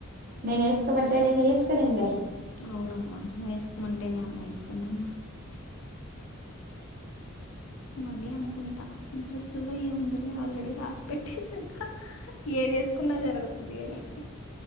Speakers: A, on the right; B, on the left.
A: నేను వేస్కోమంటె నే కదా ఎస్కొనుంది
B: అవునమ్మా నువ్వు వేసుకోమంటేనే అమ్మా వేసుకున్నాను మళ్ళీ అనుకుంటా డ్రెస్సుల్లో ఏముందలే ఆల్రెడీ రాసి పెట్టేసాక ఏదేసుకున్నా జరుగుతుంది అని